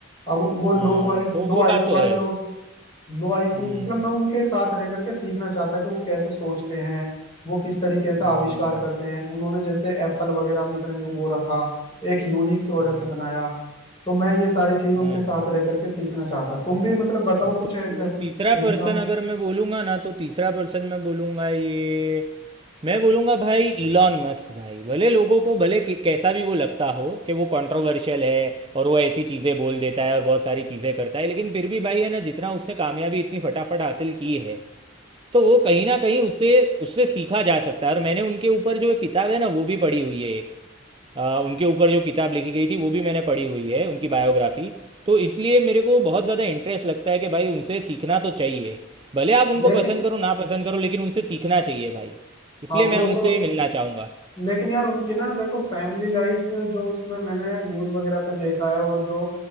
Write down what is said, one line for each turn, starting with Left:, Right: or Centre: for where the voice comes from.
Left: अब वो
Right: हाँ
Left: लो क्वालिटी
Right: तो
Left: लो
Right: वो
Left: आईक्यू
Right: बात तो
Left: वाले
Right: है
Left: लोग लो आईक्यू
Right: हम्म
Left: मतलब मैं उनके साथ रह करके सीखना चाहता कि वो कैसे सोचते हैं वो किस तरीके से
Right: हम्म
Left: आविष्कार करते हैं उन्होंने जैसे एप्पल वगैरह में इतना यू- वो रखा एक यूनिक प्रोडक्ट
Right: हम्म,
Left: बनाया तो मैं ये सारी चीजें उनके
Right: हाँ
Left: साथ
Right: हाँ
Left: रह करके सीखना चाहता तुम भी मतलब बताओ
Right: हाँ, तो
Left: कुछ एक
Right: तीसरा
Left: इंसान
Right: पर्सन अगर मैं बोलूँगा ना तो तीसरा पर्सन मैं बोलूँगा ये मैं बोलूँगा भाई इलॉन मस्क भाई भले लोगों को भले कि- कैसा भी वो लगता हो कि वो कंट्रोवर्शियल है और वो ऐसी चीज़ें बोल देता है और बहुत सारी चीज़ें करता है लेकिन फिर भी भाई है ना जितना उसने कामयाबी इतनी फटाफट हासिल की है तो वो कहीं ना कहीं उससे उससे सीखा जा सकता है और मैंने उनके ऊपर जो एक किताब है ना वो भी पढ़ी हुई है एक अ, उनके ऊपर जो किताब लिखी गई थी वो भी मैंने पढ़ी हुई है उनकी बायोग्राफी तो इसलिए मेरे को बहुत ज़्यादा इंटरेस्ट लगता है कि भाई उनसे सीखना तो चाहिए भले आप उनको
Left: लेकिन
Right: पसंद करो ना पसंद करो लेकिन उनसे सीखना चाहिए भाई इसलिए
Left: हाँ
Right: मैं
Left: वो
Right: उनसे
Left: तो
Right: मिलना चाहूँगा
Left: लेकिन यार उनकी ना देखो फैमिली लाइफ जो उसमें मैंने न्यूज वगैरह पे देखा है और जो